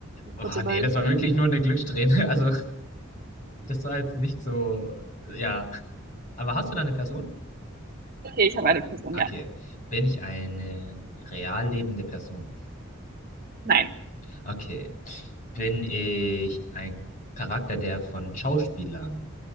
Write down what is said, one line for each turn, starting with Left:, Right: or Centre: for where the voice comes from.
Left: Oh,
Right: Kurz überlegen.
Left: nee, das war wirklich nur eine Glückssträhne. <laughs> Also, das war jetzt nicht so. Ja. Aber hast du da eine Person?
Right: Okay, ich habe eine Person,
Left: Okay.
Right: ja.
Left: Bin ich eine real lebende Person?
Right: Nein.
Left: Okay. Bin ich ein Charakter, der von Schauspielern